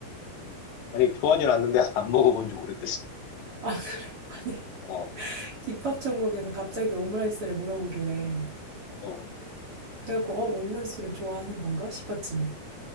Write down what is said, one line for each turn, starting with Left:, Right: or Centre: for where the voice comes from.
Left: 아니 좋아하진 않는데 <laughs> 안 먹어본 지 오래됐어.
Right: <laughs> 아 그래? 아니
Left: 어,
Right: <laughs> 김밥 천국에서 갑자기 오므라이스를 물어보길래
Left: 어,
Right: 그래갖고 어 오므라이스를 좋아하는 건가 싶었지.